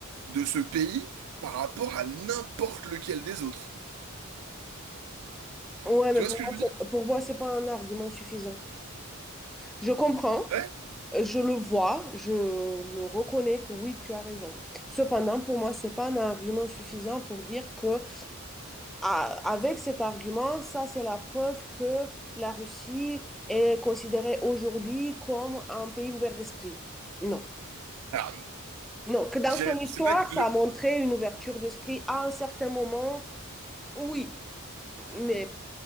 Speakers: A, on the right; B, in the centre.
A: de ce pays par rapport à n'importe lequel des autres.
B: Ouais, mais
A: Tu vois
B: pour
A: ce que
B: moi,
A: je veux dire?
B: c'est- pour moi, c'est pas un argument suffisant. Je comprends,
A: Ouais.
B: euh, je le vois, je le reconnais que oui, tu as raison. Cependant, pour moi, c'est pas un argument suffisant pour dire que ah, avec cet argument, ça, c'est la preuve que la Russie est considérée aujourd'hui comme un pays ouvert d'esprit. Non.
A: Alors,
B: Non, que dans
A: J'ai-
B: son histoire,
A: C'est vrai que
B: ça
A: le...
B: a montré une ouverture d'esprit à un certain moment Oui, mais